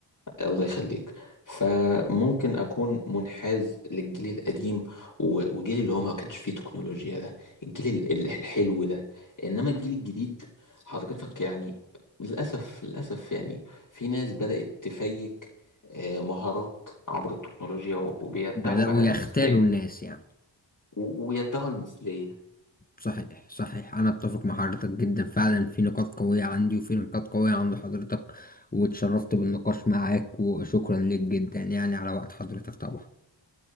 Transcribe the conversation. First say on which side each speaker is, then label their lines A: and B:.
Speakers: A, on the left; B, on the left.
A: الله يخليك فممكن اكون منحاز للجيل القديم و- وجيل اللي هو ما كانش فيه تكنولوجيا ده الجيل ال- ال- الحلو ده انما الجيل الجديد حضرتك يعني للاسف للاسف يعني في ناس بدأت تفيك آه، مهارات عبر التكنولوجيا و- وبيدعوا
B: بدأوا
A: بقى المثلية
B: يختالوا الناس يعني
A: و- ويدعوا المثلية
B: صحيح صحيح أنا أتفق مع حضرتك جدا فعلا في نقاط قوية عندي وفي نقاط قوية عند حضرتك واتشرفت بالنقاش معاك وشكرا ليك جدا يعني على وقت حضرتك طبعا